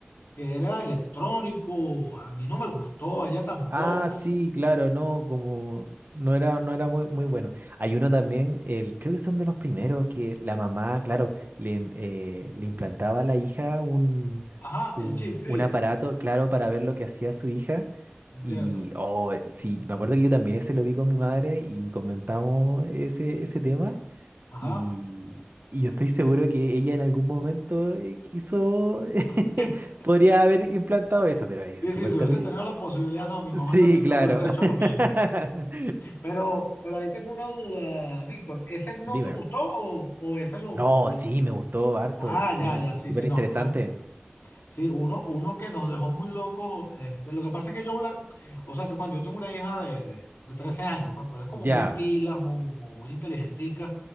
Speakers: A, on the left; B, on the right.
A: que era electrónico, a mí no me gustó, a ella tampoco.
B: Ah, sí, claro, no, como no era, no era muy, muy bueno. Hay uno también, el, creo que son de los primeros, que la mamá, claro, le, im- eh, le implantaba a la hija un,
A: Ajá,
B: un,
A: el chip, sí,
B: un aparato, claro, para ver lo que hacía su hija.
A: entiendo.
B: Y, oh, sí, me acuerdo que yo también ese lo vi con mi madre y comentamos ese, ese tema.
A: Ajá.
B: Y, y yo estoy seguro que ella en algún momento eh, quiso, <laughs>
A: <laughs>
B: podría haber implantado eso, pero es
A: Sí,
B: súper
A: sí, si
B: terrible.
A: hubiese tenido la posibilidad, no, mi mamá
B: Sí,
A: también
B: claro.
A: creo que hubiese hecho
B: <laughs>
A: lo mismo. Pero, pero ahí tengo una duda, Víctor, ¿ese no
B: Dime.
A: te gustó o, o ese lo,
B: No,
A: lo...
B: sí,
A: co-
B: me gustó harto,
A: Ah,
B: sí,
A: ya, ya, sí,
B: súper
A: sí,
B: interesante.
A: no, a mí también Sí, uno, uno que nos dejó muy locos. Este, lo que pasa es que yo, la- o sea, te cuento, yo tengo una hija de, de, de 13 años, pues, pero es como
B: Ya,
A: muy pilas, mu- mu- como muy, inteligentica,